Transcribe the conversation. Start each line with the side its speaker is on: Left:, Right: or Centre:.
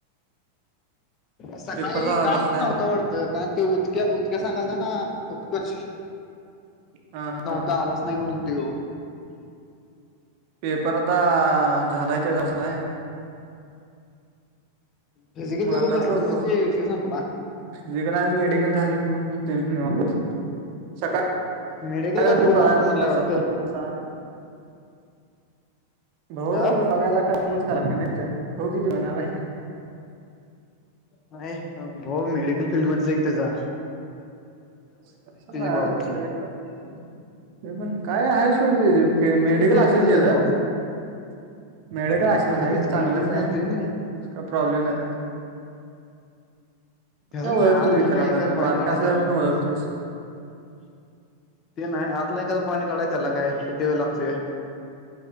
Left: सकाळी
Right: पेपर झा
Left: काल
Right: बसलाय
Left: तर नव्हतं वाटत कारण ते उदक्या उदक्या सांगाल तर ना उत्कर्ष
Right: हा. हा.
Left: नव्हता आलाचं नाही म्हणून त्यो.
Right: पेपर आता झालाय ते तसला आहे.
Left: फिजिकल
Right: मग
Left: देत
Right: आता
Left: बसलं,
Right: बघू
Left: म्हणजे विषय संपला.
Right: फिजिकल आणि मेडिकल झाले की मग आपलं <unintelligible> निवांत. सकाळ
Left: मेडिकल का
Right: दुपार
Left: भाऊ बघतो म्हणला वाटतं
Right: संप चा <inaudible> भाऊ्या
Left: अ
Right: <unintelligible> लाख पनस का ला <inaudible> नाहीेत भाऊ किती म ना बाई?
Left: नाही भाउ मेडिकल फील्ड मध्येच एक ते जा.
Right: <unintelligible>
Left: भावाची
Right: तरी पण ते पण काय आहे सोड फिल्ड मेडिकल
Left: फील्डमध्येच
Right: असेल त्याचं?
Left: आहे भाऊ
Right: मिळे का आशिला हा एक
Left: तेच
Right: चांगलंच
Left: की तेच म्हणतोय
Right: आहे आणि
Left: नाही
Right: का प्रॉब्लेम नाही त्याला.
Left: <unintelligible> त्या
Right: काय ओळखतोस
Left: का आतलं
Right: की त्याला
Left: काय
Right: आता
Left: ए पॉईंट
Right: बारका
Left: काढत
Right: असल्यापासून
Left: त्यांना काय?
Right: ओळखतोयस
Left: ते नाही आतला एखादा पॉईंट काढायचाला काय किती वेळ लागतोय?